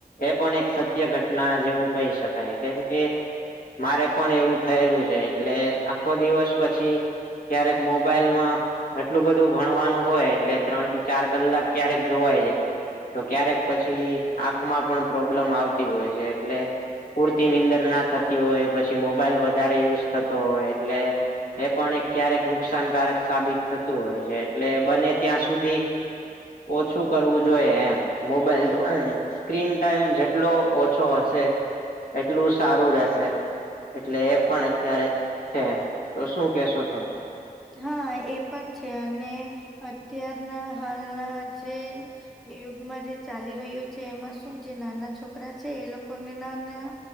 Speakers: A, on the left; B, in the centre.
A: એ પણ એક સત્ય ઘટના જેવું કહી શકાય કેમ કે. મારે પણ એવું થયેલું છે એટલે આખો દિવસ પછી ક્યારેક મોબાઈલ માં. એટલું બધું ભણવાનું હોય એટલે ત્રણ થી ચાર કલાક ક્યારેક જોવાય જાય. તો ક્યારેક પછી આંખમાં પણ પ્રોબ્લેમ આવતી હોય છે એટલે પુરતી નિંદર નાથ. હોય પછી મોબાઈલ વધારે યુઝ થતો હોય એટલે એ પણ એક ક્યારેક નુકસાનકારક સાબિત થતું હોય છે એટલે બને ત્યાં સુધી ઓછું કરવું જોઈએ એમ મોબાઈલ. સ્ક્રીનટાઈમ જેટલો ઓછો હશે એટલું સારું રહેશે. એટલે એ પણ અત્યારે છે તો શું કેશો તમે?
B: હા એ પણ છે અને અત્યારના હાલના જે એ યુગમાં જે ચાલી રહ્યું છે એમાં શું જે નાના છોકરા છે એ લોકોને નાના